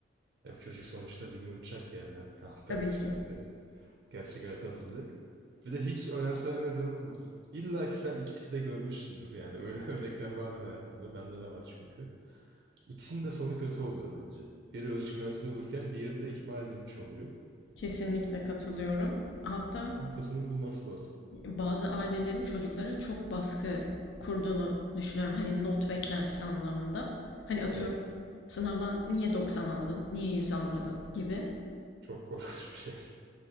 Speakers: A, on the right; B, on the left.
A: E bu çocuk sonuçta bir gün uçacak yani. Hani <laughs> kanatlarını
B: Tabii
A: çıkarıp
B: ki.
A: Gerçek hayata atılacak. Bir de hiç önemsememe durumu var. İlla ki sen iki tipi de görmüşsündür. Yani öyle <laughs> örnekler vardır hayatında. Bende de var çünkü. İkisinin de sonu kötü oluyor bence. Biri özgüvensiz olurken diğeri de ihmal edilmiş oluyor.
B: Kesinlikle katılıyorum. Hatta
A: Ortasının bulması lazım.
B: bazı ailelerin çocuklara çok baskı kurduğunu düşünüyorum. Hani not beklentisi anlamında. Hani atıyorum
A: Evet.
B: sınavdan niye 90 aldın, niye 100 almadın gibi.
A: Çok <laughs> korkunç bir şey. <laughs>